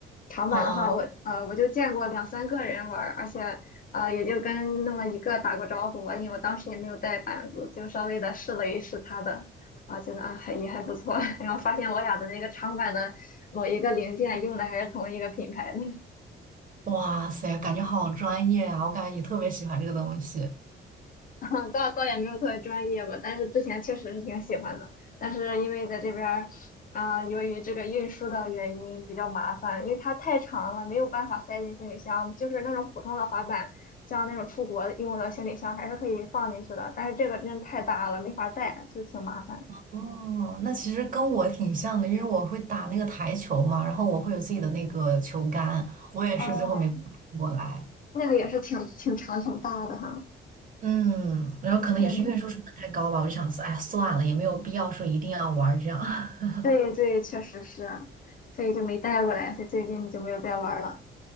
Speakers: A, on the left (about 45°); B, on the right (about 45°).
A: 长板的话我，
B: 啊，
A: 呃我就见过两三个人玩儿而且啊也就跟那么一个打过招呼吧，因为我当时也没有带板子，就稍微的试了一试他的，啊觉得啊还也还不错，<laughs> 然后发现我俩的那个长板的某一个零件用的还是同一个品牌的。
B: 哇塞，感觉好专业啊！我感觉你特别喜欢这个东西。
A: <laughs> 倒倒也没有特别专业吧，但是之前确实是挺喜欢的，但是因为在这边儿，啊、由于这个运输的原因比较麻烦，因为它太长了，没有办法塞进行李箱，就是那种普通的滑板，像那种出国用的行李箱还是可以放进去的，但是这个真的太大了，没法带，就挺麻烦。
B: 哦，那其实跟我挺像的，因为我会打那个台球嘛，然后我会有自己的那个球杆，我也是最后没搬过来。
A: 哦，那个也是挺挺长挺大的哈，
B: 嗯，然后可能也是运输成本太高吧，
A: 嗯，
B: 我就想说，哎呀，算了，也没有必要说一定要玩儿这样。<laughs>
A: 对对，确实是，所以就没带过来，所以最近就没有再玩儿了。